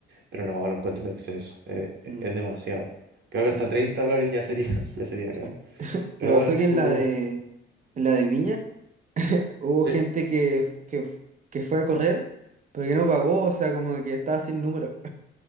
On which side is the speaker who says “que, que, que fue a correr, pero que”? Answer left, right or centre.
Right